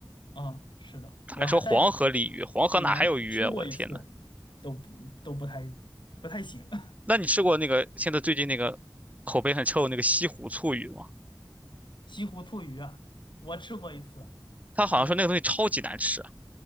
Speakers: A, on the left (about 65°); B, on the right (about 15°).
A: 啊。是的，
B: 他还说黄河鲤鱼，
A: 我还在
B: 黄河哪还有鱼啊？
A: 济南吃过一次，
B: 我的天呐，
A: 都不都不太不太行。<laughs>
B: 那你吃过那个现在最近那个口碑很臭的那个西湖醋鱼吗？
A: 西湖醋鱼啊，我吃过一次，
B: 他好像说那个东西超级难吃，
A: 我